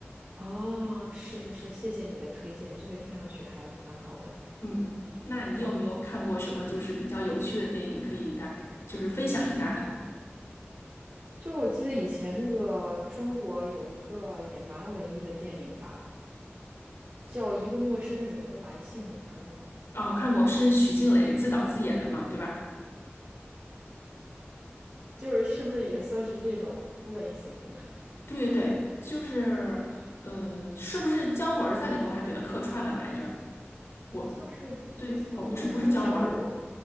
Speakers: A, on the right; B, on the left.
A: 哦，是是是，谢谢你的推荐，这个听上去还蛮好的。
B: 嗯，那你有没有看过什么就是比较有趣的电影，
A: 然后
B: 可以大概就是分享一下的？
A: 就我记得以前那个中国有一个也蛮文艺的电影吧，叫《一个陌生女人的来信》，你看过吗？
B: 啊，看过，是许静蕾自导自演的嘛，对吧？
A: 就是是不是也算是这种类型的？
B: 对对对，就是呃，是不是姜文儿在里头还给他客串了来着？我
A: 好像是姜文还是姜武，
B: 对，哦，不是不是姜文儿